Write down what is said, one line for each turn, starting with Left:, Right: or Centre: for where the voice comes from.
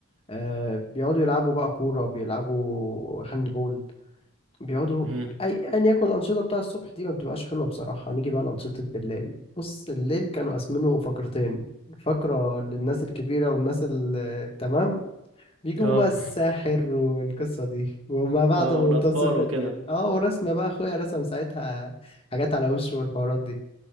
Left: آه بيقعدوا يلعبوا بقى كورة بيلعبوا هاند بول بيقعدوا
Right: امم
Left: أي أيا يكن الأنشطة بتاع الصبح دي ما بتبقاش حلوة بصراحة نيجي بقى لأنشطة بالليل بص الليل كانوا قاسمينه فقرتين فقرة للناس الكبيرة والناس التمام بيجيبوا
Right: اه
Left: بقى الساحر والقصة دي وما
Right: <laughs>
Left: بعد
Right: اه
Left: منتصف
Right: والاطفال وكده
Left: الليل اه ورسمة بقى اخويا رسم ساعتها حاجات على وشه والحوارات دي